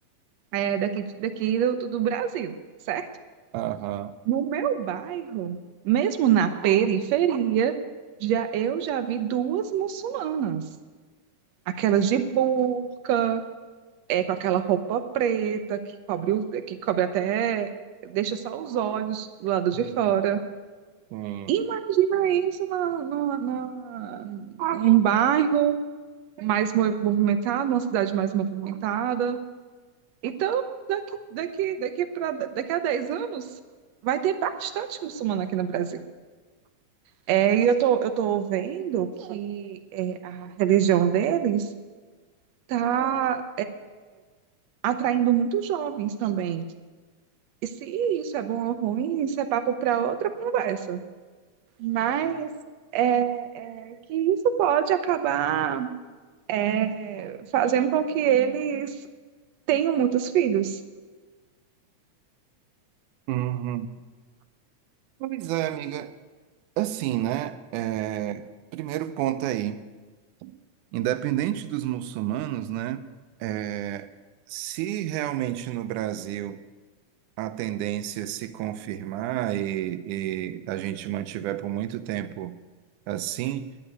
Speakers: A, on the right; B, on the right.
A: é, daqui, daqui do, do do Brasil, certo?
B: aham.
A: No meu bairro, mesmo na periferia, já eu já vi duas muçulmanas, aquelas de burca é com aquela roupa preta que cobre, o- que cobre até, deixa só os olhos do lado
B: Sim.
A: de fora.
B: Uhum.
A: Imagina isso na, numa- numa- num bairro mais mo- movimentado, numa cidade mais movimentada. Então, daqui, daqui, daqui, pra, daqui a 10 anos, vai ter bastante muçulmano aqui no Brasil. É, e eu tô, eu tô vendo que é, a religião deles está atraindo muitos jovens também. E se isso é bom ou ruim, isso é papo para outra conversa. Mas é, é que isso pode acabar é, fazendo com que eles tenham muitos filhos.
B: Uhum. Pois é, amiga. Assim, né? é, primeiro ponto aí. Independente dos muçulmanos, né? é, se realmente no Brasil a tendência é se confirmar e, e a gente mantiver por muito tempo assim,